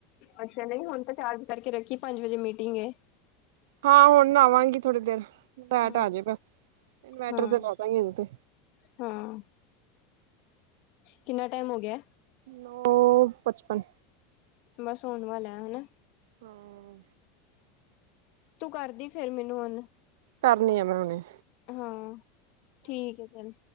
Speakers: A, on the left; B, on the right.
A: ਅੱਛਾ ਨਹੀਂ ਹੁਣ ਤਾਂ ਚਾਰਜ ਕਰਕੇ ਰੱਖੀ ਪੰਜ ਵਜੇ ਮੀਟਿੰਗ ਏ।
B: ਹਾਂ ਹੁਣ ਨਾਵਾਂਗੀ ਥੋੜੀ ਦੇਰ ਲੈਟ
A: ਹਾਂ,
B: ਆ ਜੇ ਬਸ ਇਨਵਟਰ
A: ਹਾਂ,
B: ਤੇ ਲਾ ਦਾਂਗੇ ਹੁਣ ਤੇ।
A: ਹਾਂ ਕਿੰਨਾ ਟਾਈਮ ਹੋ ਗਿਆ?
B: ਨੌ ਪਚਪਨ
A: ਬਸ ਆਉਣ ਵਾਲਾ ਹਨਾ?
B: ਹਾਂ
A: ਤੂੰ ਕਰਦੀ ਫੇਰ ਮੈਨੂੰ ਹੁਣ।
B: ਕਰਨੀ ਆ ਮੈਂ ਹੁਣੇ।
A: ਹਾਂ ਠੀਕ ਏ ਚੱਲ